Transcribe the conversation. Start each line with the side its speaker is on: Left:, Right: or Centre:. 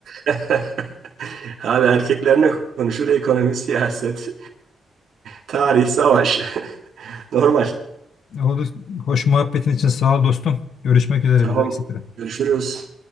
Right: <laughs> Abi erkekler ne konuşur? Ekonomi, siyaset, tarih, savaş. <laughs> Normal.
Left: Oldu. Hoş muhabbetin için sağ ol dostum. Görüşmek üzere
Right: Tamam.
Left: bir dahaki sefere.
Right: Görüşürüz.